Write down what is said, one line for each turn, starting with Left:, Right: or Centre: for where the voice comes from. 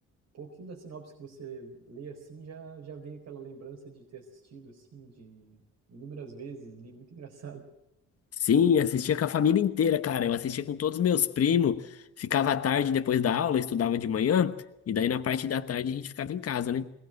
Right: um pouquinho da sinopse que você lê, assim, já, já vem aquela lembrança de ter assistido, assim, de inúmeras vezes li, muito engraçado. <laughs>
Left: Sim, assistia com a família inteira, cara. Eu assistia com todos os meus primos. Ficava à tarde depois da aula, estudava de manhã, e daí na parte da tarde a gente ficava em casa, né?